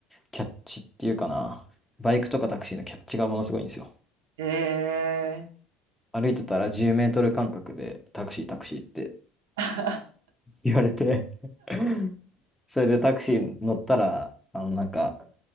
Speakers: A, in the centre; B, on the right.
A: キャッチっていうかな、バイクとかタクシーのキャッチがものすごいんですよ。
B: ええ、
A: 歩いてたら10メートル間隔でタクシータクシーって
B: <laughs>
A: 言われて <laughs> それでタクシー乗ったら、あの、なんか、